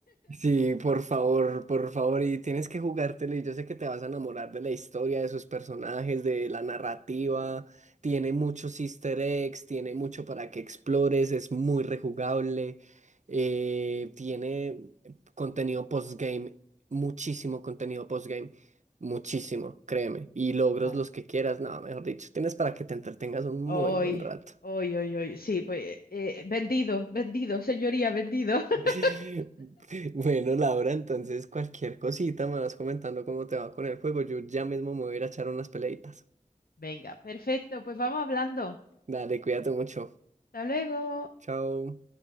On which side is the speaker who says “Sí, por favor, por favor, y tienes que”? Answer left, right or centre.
Right